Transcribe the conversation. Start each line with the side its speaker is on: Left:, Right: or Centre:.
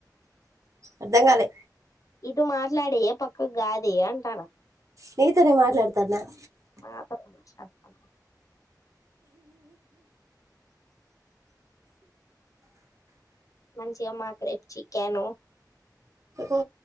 Right: అర్థం కాలే
Left: ఇటు మాట్లాడేయ పక్కకు కాదే అంటాను
Right: నతనే మాట్లాడతానా <inaudible>
Left: మాతో మాట్లాడతాను మంచి అ మాక రేపు చికను
Right: ఓ